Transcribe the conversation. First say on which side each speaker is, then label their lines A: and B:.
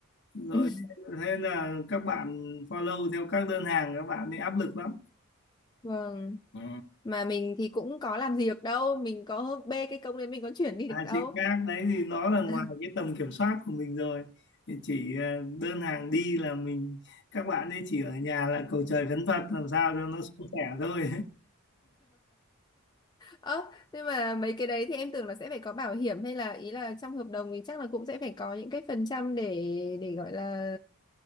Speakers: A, on the left; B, on the left.
A: rồi
B: <laughs>
A: thế là các bạn follow theo các đơn hàng các bạn ấy áp lực lắm
B: Vâng,
A: Ừ.
B: mà mình thì cũng có làm gì được đâu, mình có bê cái công đấy mình có chuyển đi được
A: À,
B: đâu.
A: chị các đấy thì nó là
B: <laughs>
A: ngoài cái tầm kiểm soát của mình rồi thì chỉ ờ, đơn hàng đi là mình các bạn ấy chỉ ở nhà là cầu trời khấn Phật làm sao cho nó suôn sẻ thôi
B: Ơ, nhưng mà mấy cái đấy thì em tưởng là sẽ phải có bảo hiểm hay là ý là trong hợp đồng thì chắc là cũng sẽ phải có những cái phần trăm để để gọi là